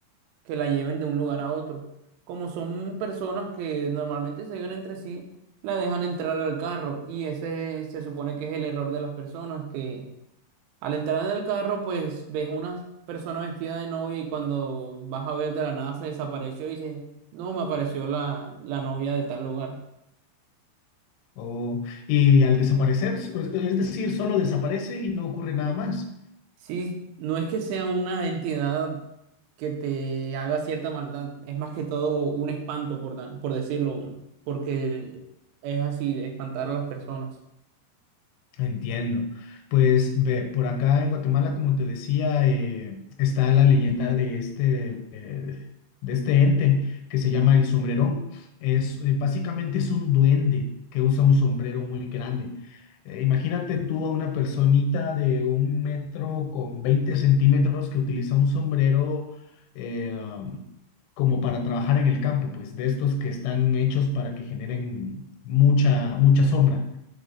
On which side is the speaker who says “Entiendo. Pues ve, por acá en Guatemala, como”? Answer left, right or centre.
Left